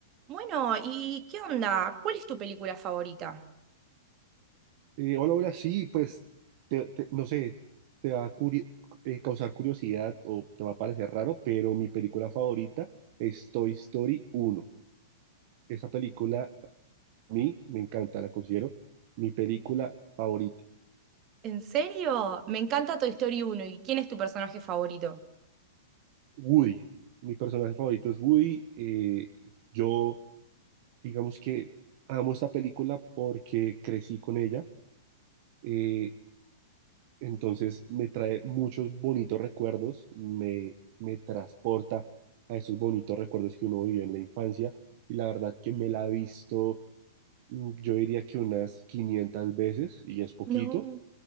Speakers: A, on the right; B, on the right.
A: Bueno, ¿y qué onda? ¿Cuál es tu película favorita?
B: Eh, hola, hola, sí, pues, te- te- no sé, te va a curi- eh, causar curiosidad o te va a parecer raro, pero mi película favorita es Toy Story uno Esa película a mí me encanta, la considero mi película favorita.
A: ¿En serio? Me encanta Toy Story uno ¿Y quién es tu personaje favorito?
B: Woody, mi personaje favorito es Woody. eh, yo, digamos que amo esta película porque crecí con ella. eh, Entonces me trae muchos bonitos recuerdos, me, me transporta a esos bonitos recuerdos que uno vivió en la infancia y la verdad que me la he visto, mm, yo diría que unas 500 veces y es poquito.
A: No.